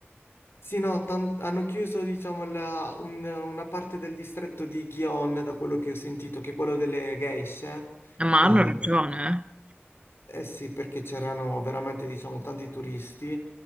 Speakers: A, on the left; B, on the right.
A: sì, no, tan- hanno chiuso, diciamo, la- un- una parte del distretto di Gion, da quello che ho sentito, che è quello delle geishe.
B: Eh, Ma
A: Eh,
B: hanno ragione,
A: Eh sì, perché c'erano veramente, diciamo, tanti turisti,